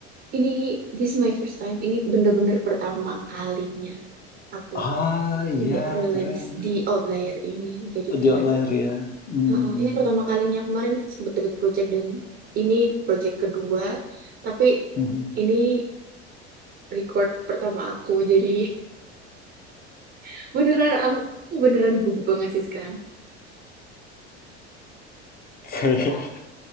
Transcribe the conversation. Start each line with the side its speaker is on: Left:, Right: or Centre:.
Right: ini this is my first time ini bener-bener pertama kalinya aku
Left: Ah,
Right: nyoba
Left: iya
Right: freelance
Left: keren, keren.
Right: di Outlier ini jadi
Left: Di
Right: kayak
Left: outlier ya. Hmm.
Right: Heeh, Ini pertama kalinya kemarin sebut-sebut project dan ini project kedua, tapi
Left: Mhm.
Right: ini record pertama aku. Jadi <laughs> beneran aku aku beneran gugup banget sih sekarang.
Left: <laughs>